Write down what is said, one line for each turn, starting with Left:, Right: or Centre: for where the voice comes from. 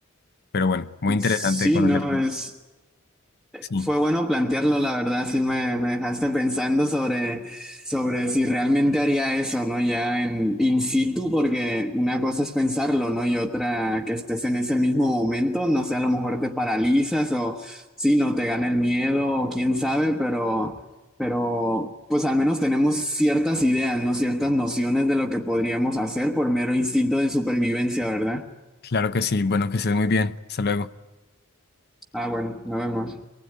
Left: Pero bueno, muy interesante
Centre: Sí,
Left: conocer.
Centre: no
Left: Sí.
Centre: es.
Left: Sí,
Centre: Fue bueno plantearlo, la verdad, sí me, me dejaste pensando sobre, sobre si realmente haría eso, ¿no? Ya en in situ, porque una cosa es pensarlo, ¿no? Y otra que estés en ese mismo momento, no sé, a lo mejor te paralizas o sí, no te gana el miedo, o quién sabe, pero, pero pues al menos tenemos ciertas ideas, ¿no? Ciertas nociones de lo que podríamos hacer por mero instinto de supervivencia, ¿verdad?
Left: claro que sí. Bueno, que estés muy bien. Hasta luego.
Centre: Ah, bueno, nos vemos.